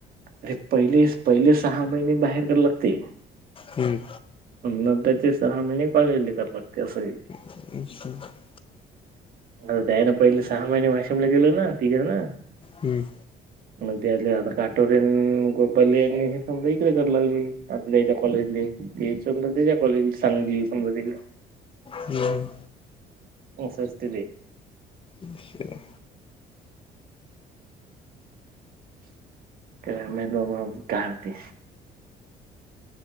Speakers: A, on the right; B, on the left.
A: अरे पहिले पहिले सहा महिने बाहेर का लागते
B: हम्म
A: न त्या ते सहा महिने कॉलेज ल करत लागते असं.
B: <unintelligible>
A: आ त्याय ना पहिले सहा महिने वाशिमला गेलो ना तिघं ना.
B: हम्म
A: म्हण तेले आता काठोर गोपाली आणि हे समजा इकडे कर लाग आताच्या कॉलेजले. ते समजा त्याच्या कॉलेज सांगली समजा तिला.
B: हम्म
A: ह सस्ते
B: अचशा
A: काय माहित बाबा काय होतंय